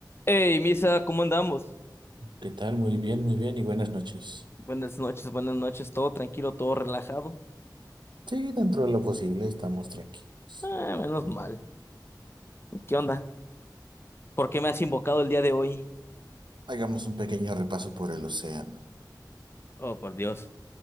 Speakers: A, on the left (about 30°); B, on the right (about 80°).
A: Hey, Misa, ¿cómo andamos?
B: ¿Qué tal? Muy bien, muy bien y buenas noches.
A: Buenas noches, buenas noches, todo tranquilo, todo relajado.
B: Sí, dentro de lo posible estamos tranquilos.
A: Ah, menos mal. ¿Qué onda? ¿Por qué me has invocado el día de hoy?
B: Hagamos un pequeño repaso por el océano,
A: Oh, por Dios.